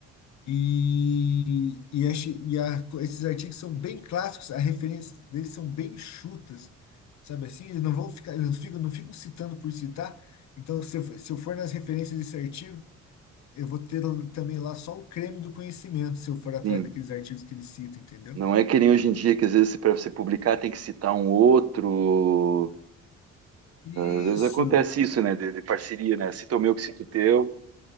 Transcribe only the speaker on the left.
E, e, acho- e a- esses artigos são bem clássicos, a referência deles são bem chutas, sabe assim? Eles não vão ficar, eles não ficam, não ficam citando por citar. Então, se eu, for- se eu for nas referências desse artigo, eu vou ter l- também lá só o creme do conhecimento, se eu for atrás
daqueles artigos que eles citam entendeu?
Isso,